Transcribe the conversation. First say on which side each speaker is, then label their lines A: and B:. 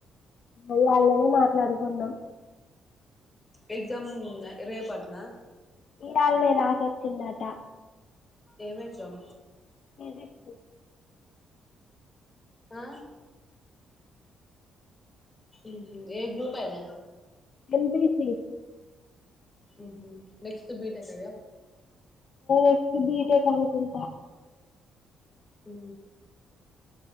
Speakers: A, on the left; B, on the left.
A: అల్లల్లనే మాట్లాడుకున్నాం
B: ఎగ్జామ్ రేపట్నా
A: ఇయాల్నె రాశొచ్చిండట
B: ఏం ఎగ్జాం
A: పిజిక్సు
B: ఆ మ్ హ్ ఏ గ్రూప్ అయ్ న
A: ఎంపిసి
B: మ్ హ్ నెక్స్ట్ బీటక్కా ఇగ
A: ఎక్ బటేక్ అనుకుంటా
B: ఉ